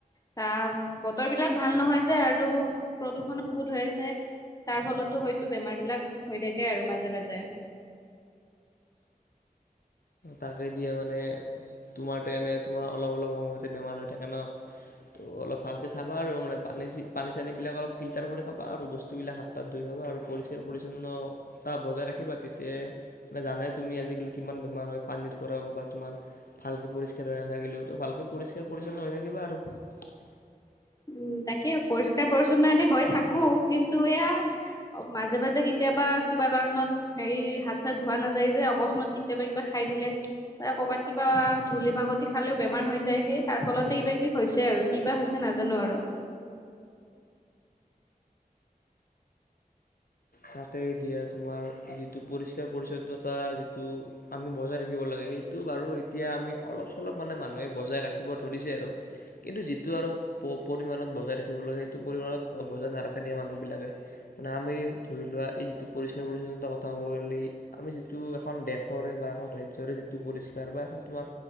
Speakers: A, on the left (about 25°); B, on the left (about 70°).
A: আহ বতৰ বিলাক ভাল নহয় যে আৰু প্ৰদূষণো বহুত হৈ আছে তাৰ ফলতো হয়তো বেমাৰ বিলাক হৈ থাকে আৰু মাজে মাজে
B: তাকে দিয়ে মানে তোমাৰতো এনে তোমাৰ অলপ অলপ সময়তে বেমাৰ হৈ থাকে ন ত অলপ ভালকে চাবা আৰু মানে পানী পানী চানী বুলি বিলাক অলপ ফিল্টাৰ কৰি খাবা আৰু বস্তুবিলাক হাত তাত ধুই খাবা আৰু পৰিষ্কাৰ পৰিচ্ছন্নত বজাই ৰাখিবা তেতিয়া <unintelligible> মানে জানাই তুমি আজিকালি কিমান বেমাৰ হয় পানীৰ পৰাও বা তোমাৰ ভালকে পৰিষ্কাৰ হৈ নাথাকিলেওো ভালকে পৰিষ্কাৰ পৰিছন্ন হৈ থাকিবা আৰু <unintelligible>
A: <inaudible> উম তাকে পৰিষ্কাৰ পৰিচ্ছন্ন এনে হৈ থাকো কিন্তু এয়া মাজে মাজে কেতিয়া কেতিয়াবা কিবা কাৰণত হেৰি হাত চাত ধোৱা নাযায় যে অকস্মাত কেতিয়াবা কিবা খাই দিলে াত কিবা ধলি মাকতি খালেও বেমাৰ হৈ যায় সেই তাৰ ফলতে কিবা কিবি হৈছে আৰু কিবা হৈছে নাজ জানো আৰু
B: তাকে দিয়া তোমাৰ যিটো পৰিষ্কাৰ পৰি্ছন্নতা যিটো আমি বজাই ৰাখিব লাগে সেই <unintelligible> সিটো বাৰু এতিয়া আমি অলপ চলপ মানে মানুহে বজাই ৰাখিব ধৰিছে আৰু কিন্তু যিটো আৰু য'ৰ ৰ'দ প পৰিমাণত বজাই ৰাখিব লাগে সেইটো পৰিমাণত বজাই নাৰাখা দিয়ে মানুহবিলাকে মানে আমি <unintelligible> ধৰি লোৱা এই যিটো পৰিষ্কাৰ পৰিচ্ছন্নতা কথা কলে আমি যিটো এখন দেশৰে বা এখন ৰাজ্য়ৰে যিটো টো পৰিষ্কাৰ বা এ তোমাৰ